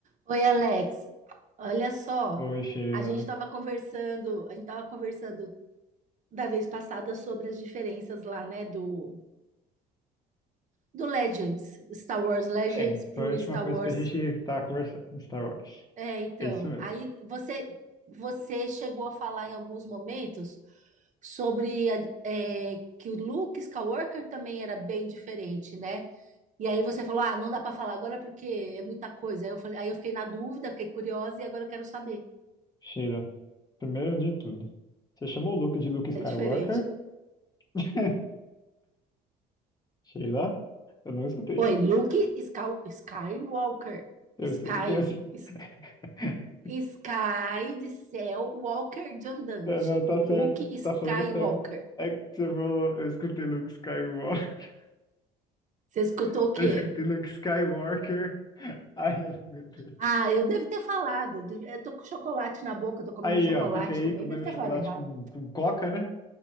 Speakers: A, on the right (about 45°); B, on the left (about 20°).
A: Oi, Alex. Olha só,
B: Oi, Sheila.
A: a gente estava conversando, a gente estava conversando da vez passada sobre as diferenças lá, né, do, do Legends, Star Wars Legends
B: É,
A: pro
B: foi a última
A: Star
B: coisa
A: Wars.
B: que a gente tá conversando de Star Wars.
A: É, então,
B: É isso mesmo.
A: aí você você chegou a falar em alguns momentos sobre a- é, que o Luke Skywalker também era bem diferente, né? E aí você falou, ah, não dá para falar agora porque é muita coisa. Aí eu falei, aí eu fiquei na dúvida, fiquei curiosa e agora eu quero saber.
B: Sheila, primeiro de tudo, você chamou o Luke de Luke Skywalker?
A: É diferente.
B: <laughs> Sheila, eu não escutei
A: Oi,
B: isso.
A: Luke Sky- Skywalker.
B: Eu,
A: Sky.
B: eu tenho... assim.
A: S-
B: <laughs>
A: Sky de céu, Walker de andante.
B: Não, não, tá
A: Luke
B: certo,
A: Skywalker.
B: tá falando certo. É que você falou, eu escutei Luke Skywalker.
A: Você escutou
B: <laughs>
A: o quê?
B: Eu escutei Luke Skywalker. <laughs> Ai, eu não aguentei.
A: Ah, eu devo ter falado. De- Eu tô com chocolate na boca, tô comendo
B: Aí,
A: chocolate
B: ó, fica aí
A: também.
B: comendo
A: Devo ter
B: chocolate
A: falado errado.
B: com, com coca, né?